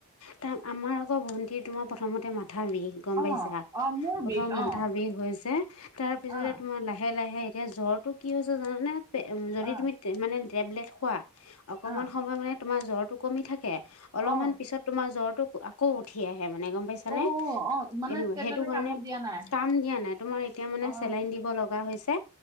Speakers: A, on the left (about 75°); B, on the right (about 15°).
A: ত আমাৰ আকৌ ভণ্টি তোমাৰ প্ৰথমতে মাত মাথা বিষ গম
B: অ
A: পাইছা?
B: অ মোৰ
A: প্ৰথম
B: বিষ
A: মাথা
B: অ
A: বিষ হৈছে। তাৰ পিছতে
B: অ
A: তোমাৰ লাহে লাহে এতিয়া জ্বৰটো কি হৈছে জানানে? পে যদি
B: অ
A: তুমি মানে টেবলেট খোৱা, অকমান
B: অ
A: সময় মানে তোমাৰ জ্বৰটো কমি থাকে। অলপমান
B: অ
A: পিছত তোমাৰ জ্বৰটো আকৌ উঠি আহে। মানে গম পাইছা
B: অ
A: নে?
B: অ মানে
A: এইটো
B: টেবলেটে
A: সেইটো কাৰণে
B: কামত দিয়া নাই
A: কাম দিয়া নাই তোমাৰ এতিয়া মানে
B: অ
A: চেলাইন দিব লগা হৈছে।